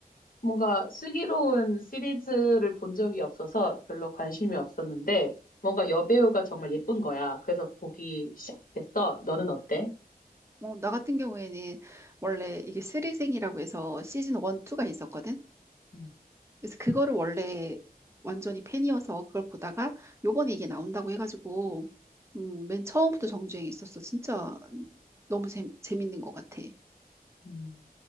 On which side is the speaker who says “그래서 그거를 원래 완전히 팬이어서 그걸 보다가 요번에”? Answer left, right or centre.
Right